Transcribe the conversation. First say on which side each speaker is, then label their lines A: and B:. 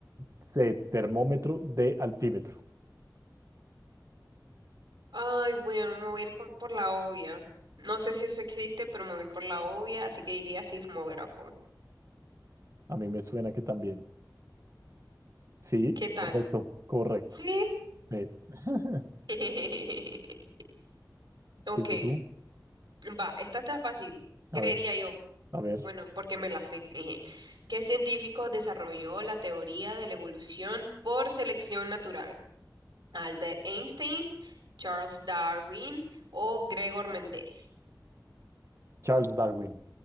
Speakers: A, on the right (about 45°); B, on the right (about 75°).
A: C. Termómetro. D. Altímetro.
B: Ay, bueno, me voy a ir por, por la obvia. No sé si eso existe, pero me voy a ir por la obvia, así que diría sismógrafo.
A: A mí me suena que también. Sí,
B: ¿Qué tal?
A: correcto, correcto.
B: Sí.
A: Sí. <laughs>
B: <laughs>
A: Sigue
B: Ok,
A: tú.
B: va, esta está fácil,
A: A
B: creería
A: ver,
B: yo.
A: a ver.
B: Bueno, porque me la sé. <laughs> jeje. ¿Qué científico desarrolló la teoría de la evolución por selección natural? ¿Albert Einstein, Charles Darwin o Gregor Mendel?
A: Charles Darwin.